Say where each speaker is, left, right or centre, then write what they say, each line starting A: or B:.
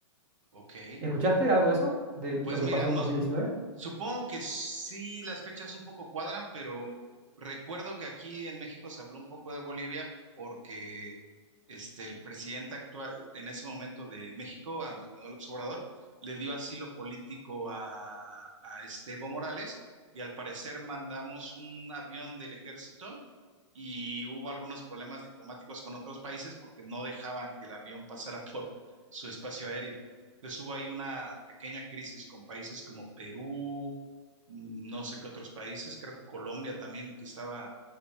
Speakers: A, on the right (about 85°); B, on the right (about 20°).
A: ok.
B: ¿Escuchaste algo de eso? ¿De lo
A: Pues
B: que
A: mira,
B: pasó
A: no,
B: en 2019?
A: supongo que sí las fechas un poco cuadran, pero recuerdo que aquí en México se habló un poco de Bolivia porque este, el presidente actual en ese momento de México, Andrés Manuel López Obrador, le dio asilo político a, a este Evo Morales y al parecer mandamos un avión del ejército y hubo algunos problemas diplomáticos con otros países porque no dejaban que el avión pasara <laughs> por su espacio aéreo. Entonces hubo ahí una pequeña crisis con países como Perú, mm, no sé qué otros países, creo que Colombia también, que estaba